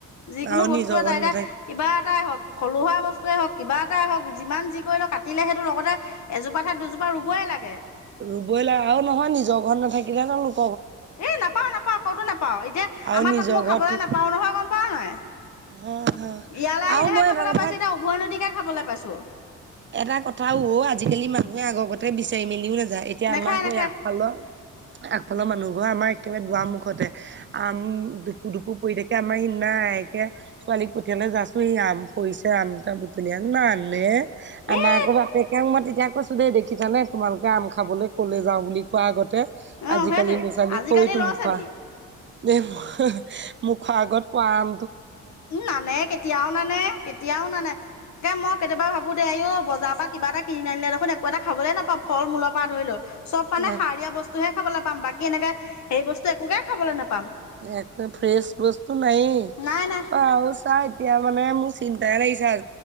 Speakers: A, on the left; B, on the right.
A: যিকোনো
B: আৰু
A: বস্তু
B: নিজৰ
A: এটা
B: ঘৰত
A: এতিয়া
B: নাথাকি
A: কিবা হওক থলুৱা বস্তুৱে হওক কিবা এটাই হওক যি যি কৰি লও কাটিলে সেইটো লগতে এজোপা ঠাইত দুজোপা ৰুবই লাগে
B: ৰুবই লাগ আৰু নহয় নিজৰ ঘৰত নাথাকিলে ন লোক
A: এ নাপাও নাপাও কতো নাপাও এতিয়া
B: আৰু
A: আমাৰ
B: নিজৰ
A: তাত মই খাবলৈ
B: ঘৰত থাকি
A: নাপাও নহয় গম পাও নহয়
B: হয় হয়
A: ইয়ালৈ
B: আৰু
A: আহিলেহে
B: মই
A: খাবলৈ
B: এটা কথা
A: পাইছো এতিয়া উভয় নদীকে খাবলৈ পাইছো
B: এটা কথাও হ' আজিকালি মানুহে আগৰতে বিচাৰি মেলিও না এতিয়া
A: নেখায়
B: আমাৰ স
A: নেখায়
B: আগফালৰ আগফালৰ মানুহ ঘৰ আমাৰ একেবাৰে দুৱাৰ মুখতে আম দুপু দুপু পৰি থাকে আমাৰ সিদিনা একে কালিক পঠিয়ালে যাছো ই আম শৰিছে আম এটা বুটলি আন ন আনেে আমাৰ
A: এই
B: আকৌ বাপেকেও মই তেতিয়া কৈছো দেই দেখিছানে তোমালোকে আম খাবলৈ ক'লে যাওঁ বুলি কোৱা আগতে
A: অঁ
B: আজিকালি
A: সেইটোৱে
B: ল' ছোৱালী
A: আজিকালি
B: খৈতোমোখোৱা
A: ল'ৰা ছোৱালী
B: দেেই মুখৰ আগত পোৱাম
A: উ নানে কেতিয়াও নানে কেতিয়াও নানে ত মই কেতিয়াবা ভাবো দে এইও বজাৰৰ পৰা কিবা এটা কিনি আনিলে দেখোন একো এটা খাবলে নাপাওঁ ফল মূৰ পৰা ধৰি লও চব মানে
B: এক
A: সাৰীয়া বস্তুহে খাবলৈ পাম বাকী এনেকে সেই বস্তু একোকে খাবলৈ নাপাম
B: একো ফ্ৰেছ বস্তু নাই
A: নাই নাই
B: বা াৰ এতিয়া মানে মোৰ চিন্তাইে লাগিছে